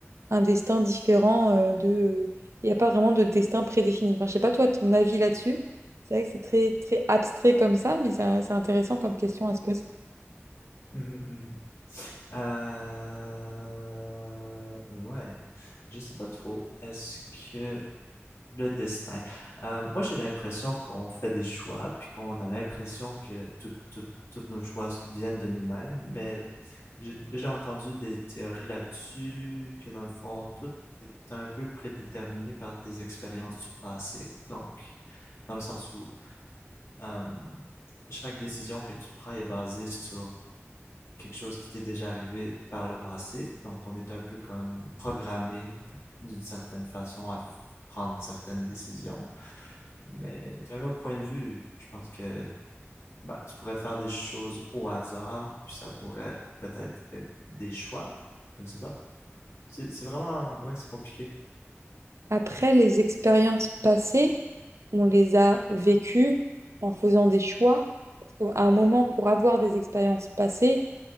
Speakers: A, on the right; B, on the left.
A: un destin différent euh, de... euh, Il n'y a pas vraiment de destin prédéfini. Enfin, je sais pas toi, ton avis là-dessus. C'est vrai que c'est très, très abstrait comme ça, mais ça- c'est intéressant comme question à se poser.
B: Mhm, mhm. Euh... Ouais, je sais pas trop. Est-ce que Le destin. Euh, moi, j'ai l'impression qu'on fait des choix, puis qu'on a l'impression que tout- tout- tous nos choix viennent de nous-mêmes, mais j'ai déjà entendu des théories là-dessus, que dans le fond, tout est un peu prédéterminé par tes expériences du passé. Donc, dans le sens où euh, chaque décision que tu prends est basée sur quelque chose qui t'est déjà arrivé par le passé. Donc, on est un peu comme programmé d'une certaine façon à f- prendre certaines décisions. Mais d'un autre point de vue, je pense que bah, tu pourrais faire des choses au hasard, puis ça pourrait peut-être être des choix. Je ne sais pas. C'est c'est vraiment... Ouais, c'est compliqué.
A: Après, les expériences passées, on les a vécues en faisant des choix. Parce qu'à un moment, pour avoir des expériences passées,